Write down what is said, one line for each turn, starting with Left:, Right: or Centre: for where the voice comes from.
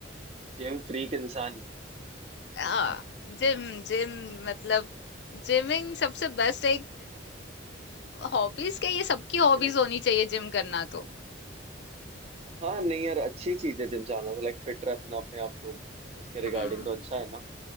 Right: जिम फ्रीक इंसान
Left: आ, जिम जिम मतलब जिमिंग सबसे बेस्ट एक हॉबीज क्या ये सबकी
Right: ओके
Left: हॉबीज
Right: लाइक
Left: होनी चाहिए जिम करना तो
Right: हाँ नहीं यार अच्छी चीज है जिम जाना तो लाइक फिट रखना अपने आप को उसके
Left: हम्म
Right: रिगार्डिंग तो अच्छा है ना